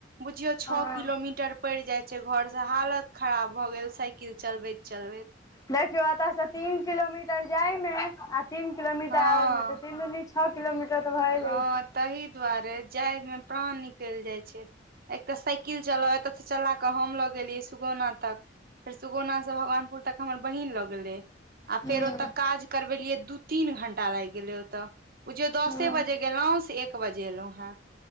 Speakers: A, on the right; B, on the left.
A: बुझियौ छ
B: हँ
A: किलोमीटर पैड़ जाय छै घर से हालत खराब भऽ गेल साईकिल चलबैत चलबैत।
B: देखियौ एतय से तीन किलोमीटर जाय में आ तीन किलोमीटर
A: हँ
B: आबे में तऽ तीन दूनी छ किलोमीटर तऽ भए
A: हँ
B: जाइ छै
A: तहि दुआरे जाय मे प्राण निकलि जाइ छै। एक तऽ साइकिल चलाउ एतऽ से त चला कऽ हम ल गेलियै सुगौना तक। फेर सुगौना से भगवानपुर तक हमर बहिन लऽ गेलै आ
B: हूँ
A: फेर ओतय काज करबेलियै दू तीन घंटा लागि गेलै ओतय, बुझियौ दस
B: हूँ
A: बजे गेलहुँ से एक बजे एलहुँ हेँ